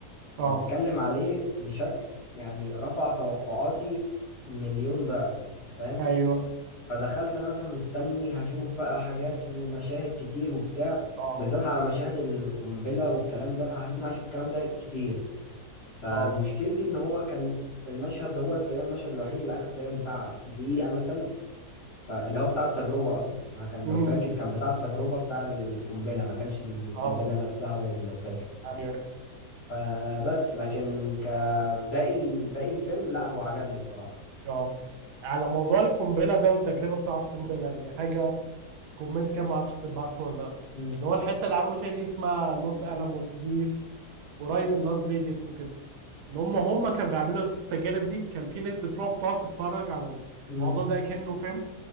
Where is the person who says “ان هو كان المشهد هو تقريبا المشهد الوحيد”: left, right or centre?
Left